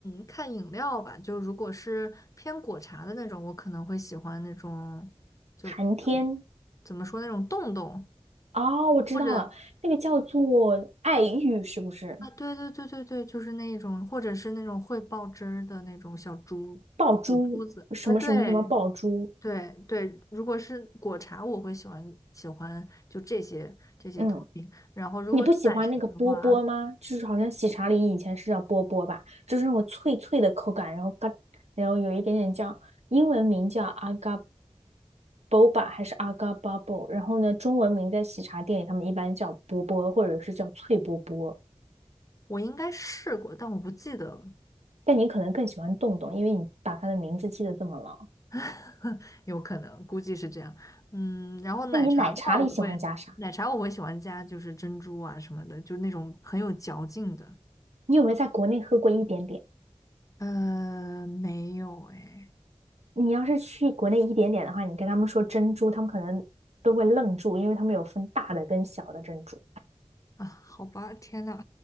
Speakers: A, on the left; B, on the right.
A: 看饮料吧，就如果是偏果茶的那种，我可能会喜欢那种，就
B: 寒天。
A: 怎么说那种冻冻，
B: 哦，我知道了，
A: 或者
B: 那个叫做爱玉，是不是？
A: 啊，对对对对对，就是那一种，或者是那种会爆汁儿的那种小珠
B: 爆珠，
A: 小珠子啊，
B: 什么什么什么爆珠？
A: 对对对，如果是果茶，我会喜欢喜欢就这些这些
B: 嗯，
A: topping。然后如果是奶茶的话，
B: 你不喜欢那个波波吗？就是好像喜茶里以前是叫波波吧，就是那种脆脆的口感，然后嘎，然后有一点点酱，英文名叫阿嘎 a boba 还是阿嘎 a bubble，然后呢，中文名在喜茶店里他们一般叫波波或者是叫脆波波，
A: 我应该试过，但我不记得了，
B: 但你可能更喜欢洞洞，因为你把它的名字记得这么牢。
A: <laughs> 有可能估计是这样。嗯，然后奶茶的话，
B: 那你奶茶里喜欢加啥？
A: 我会奶茶我会喜欢加就是珍珠啊什么的，就是那种很有嚼劲的。
B: 你有没有在国内喝过一点点？
A: 呃，没有哎
B: 你要是去国内一点点的话，你跟他们说珍珠，他们可能都会愣住，因为他们有分大的跟小的珍珠。
A: 啊，好吧，天呐，